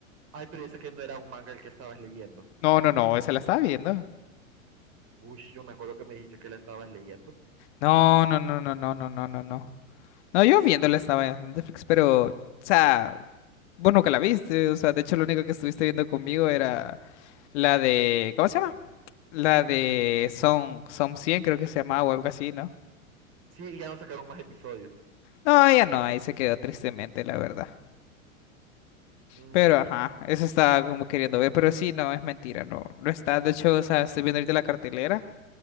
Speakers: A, on the right; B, on the left.
A: Ay, pero ese que no era un manga el que estabas leyendo.
B: No, no, no, esa la estaba viendo.
A: Uy, yo me acuerdo que me dijiste que la estabas leyendo.
B: No, no, no, no, no, no, no, no, no. No, yo viéndola estaba en Netflix, pero, o sea, vos nunca la viste, o sea, de hecho lo único que estuviste viendo conmigo era... La de, ¿cómo se llama? La de Son, Son 100 creo que se llamaba o algo así, ¿no?
A: Sí, y ya no sacaron más episodios.
B: No, ella no, ahí se quedó tristemente, la verdad.
A: Mm,
B: Pero ajá, eso estaba como queriendo ver, pero sí, no, es mentira, no, no está. De hecho, o sea, estoy viendo ahorita la cartelera